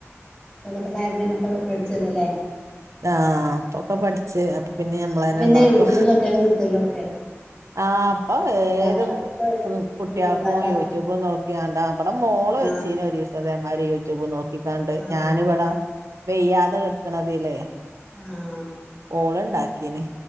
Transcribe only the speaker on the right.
ആഹ് ഇപ്പൊപ്പ പഠിച്ചു അപ്പൊ പിന്നെ ഞമ്മളനെ
ഇണ്ടാക്കോ.
ആ ഇപ്പൊ ഏത്
കുട്ടിയാക്കും
യൂട്യൂബും നോക്കിയാണ്ട ഇവിടെ മോ
ള് വെച്ചിനെ ഒരിസം ഇതേമാതിരി യൂ യൂട്യൂബ് നോക്കിക്കാണ്ട്
ഞാനിവിടെ വെയ്യാതെ കെടുക്കണതില്
ഓള് ഇണ്ടാക്കിനി